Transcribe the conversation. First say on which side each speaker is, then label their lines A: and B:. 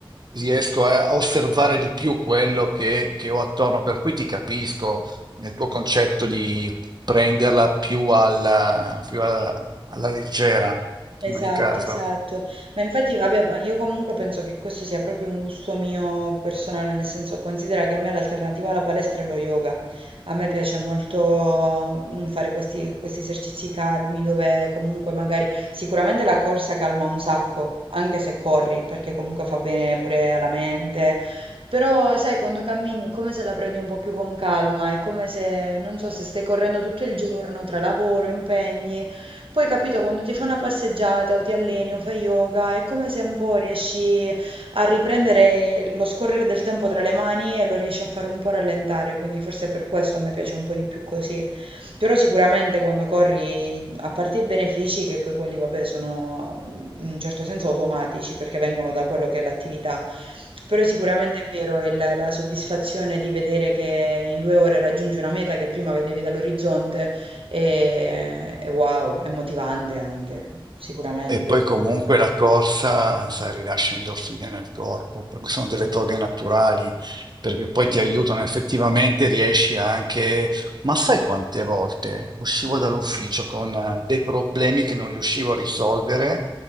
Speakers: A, on the right (about 50°); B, on the right (about 75°).
A: riesco a a osservare di più quello che, che ho attorno, per cui ti capisco nel tuo concetto di prenderla più alla, più alla alla leggera,
B: Esatto,
A: in ogni caso.
B: esatto. Ma infatti, vabbè, ma io comunque penso che questo sia proprio un gusto mio personale, nel senso considera che a me l'alternativa alla palestra è lo yoga. A me piace molto mm, fare questi, questi esercizi calmi dove comunque magari sicuramente la corsa calma un sacco, anche se corri, perché comunque fa bene pure alla mente. Però, sai, quando cammini è come se la prendi un po' più con calma, è come se, non so, se stai correndo tutto il giorno tra lavoro, impegni. Poi capito, quando ti fai una passeggiata o ti alleni o fai yoga, è come se un po' riesci a riprendere lo scorrere del tempo tra le mani e lo riesci a fare un po' rallentare, quindi forse per questo a me piace un po' di più così. Però sicuramente quando corri, a parte i benefici, che poi quelli, vabbè, sono in un certo senso automatici perché vengono da quello che è l'attività, però sicuramente è vero il- la soddisfazione di vedere che in due ore raggiungi una meta che prima vedevi dall'orizzonte è, è wow, è motivante anche, sicuramente.
A: E poi comunque la corsa, sai, rilascia endorfine nel corpo, perché sono delle droghe naturali, perché poi
B: Sì,
A: ti aiutano effettivamente, riesci anche... Ma sai quante volte uscivo dall'ufficio con eh, dei problemi che non riuscivo a risolvere